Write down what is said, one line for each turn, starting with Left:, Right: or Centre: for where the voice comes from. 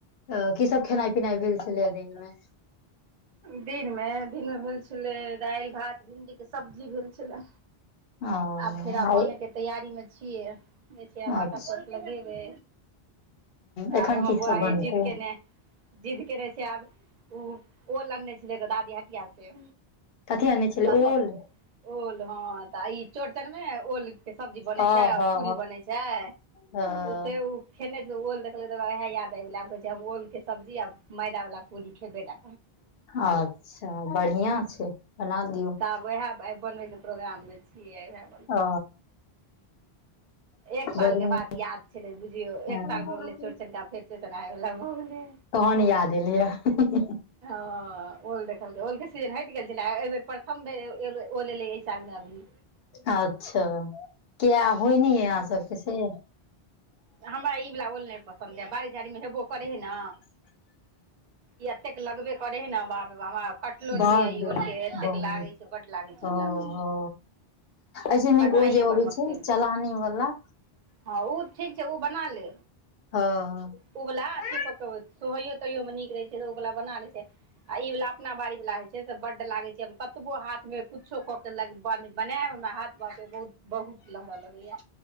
Left: अ की सब खेनाइ पिनाइ भेल छलै दिन मे?
Right: दिनमे? दिनमे भेल छ छ्लै दालि, भात भिंडी के सब्जी भेल छलै।
Left: ओ
Right: आब फेर आब
Left: आइ
Right: बने के के तैयारी मे छियै। जे छियै आब
Left: अच्छा
Right: आटा शट <unintelligible> लगेबै।
Left: एखन
Right: आब हमर
Left: की
Right: बौआ
Left: सब
Right: हे
Left: बनतै
Right: जिद के ने जिद्द केने छै आब, ओ ओल अनने छलै दादी हटिया से।
Left: कथी आनै छलै
Right: त,
Left: ओल
Right: ओल हँ तऽ ई चौरचनमे ओल के सब्जी बनै
Left: हँ
Right: छै, आर
Left: हँ
Right: पूरी बनै छै,
Left: हँ
Right: से ओ खेने दियो ओल देखलै त ओह याद आब गेलै, आब कहै छै हम ओल के सब्जी आ मैदा बला पूरी खेबे टा
Left: अच्छा बढ़िआ छै, बना दियौ।
Right: वएह आइ बनबैके प्रोग्राममे छियै वएह।
Left: ओ
Right: एक साल
Left: गर्मी
Right: के बात याद छलै बुझियो,
Left: हँ
Right: एक साल भऽ गेलै चोरचना आब फेर चनायवला <unintelligible> भ गेलै।
Left: तहन याद एलिय य।
Right: ह ओल देखलकै, ओल के सीजन हटि गेल छलै, एहि बेर प्रथम बेर एब एब ओल एले एहि साल मे अभी।
Left: अच्छा किया होइ नै य आहाँ सबके से?
Right: हमरा ई बला ओल नहि पसन्द य। बारि झाड़ीमे हेबो करै हइ न, ई एतेक लगबे करै हइ ने, बाप रे बाप कटलो
Left: बड्ड
Right: नहि होइया ई ओलके, एतेक
Left: बहुत
Right: लागे छै, बड लागे छै ई
Left: ओ
Right: बला ओल।
Left: हो ऐसे नीक
Right: कटनाइए
Left: ओ जे अबै
Right: बड मुशकिल छै।
Left: चलानी वाला
Right: हँ उ ठीक छै उ बना ले।
Left: हँ
Right: उ बला
Left: ह
Right: अथियो कऽ के, सोहैयो तोहैयोमे नीक रहै छै उ बला बना लै छै। आ ई बला अपना बाड़ी बला हई छै से बड्ड लागे छै। हम कतबो हाथ में कुछो क के लग बन बनायब हमरा हाथ बाप रे बहुत, बहुत लहरऽ लगैया।